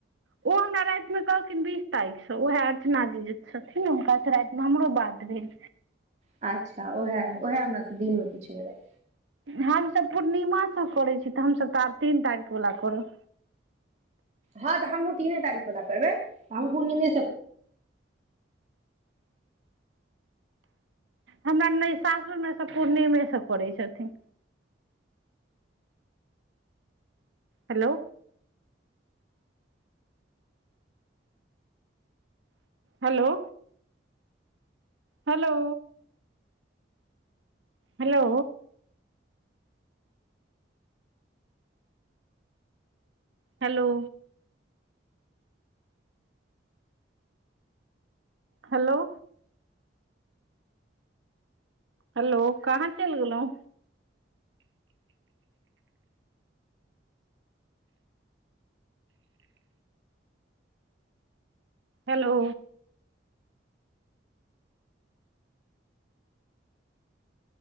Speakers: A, on the right; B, on the right.
A: ओ हमरा राति मे कहलखिन बीस तारीख से, उएह अर्चना जी जे छथिन हुनका से राति मे हमरो बाद भेल।
B: अच्छा! ओएह, उएह हमरा से दिन में पुछने रहैत।
A: हमसभ पूर्णिमाासँ करैत छी, तऽ हमसभ त तीन तारीख वला करब।
B: हँ तऽ हमहू तीने तारीख वला करबै, हम पूर्णिमे से
A: हमरा नहि सासुरमे सभ पूर्णिमे सब करै छथिन। Hello! Hello! Hello! Hello! Hello! Hello! Hello! कहाँ चलि गेलहु? हेलो!